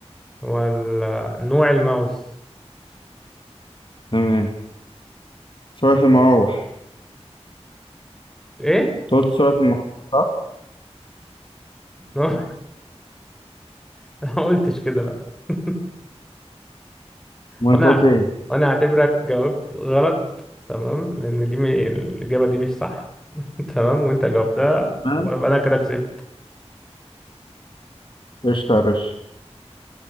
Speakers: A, in the centre; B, on the left.
A: ولا نوع الماوس
B: تمام سرعة المراوح
A: ايه
B: أنت قلت سرعة المراوح صح؟
A: نوع <laughs> ما قلتش كده لا <laughs>
B: وأنت
A: وانا
B: قلت إيه؟
A: وانا اعتبرك جاوبت غلط تمام لان دي م... الاجابه دي مش صح <laughs> تمام وانت جاوبتها
B: تمام
A: ويبقى انا كده كسبت
B: قشطة يا باشا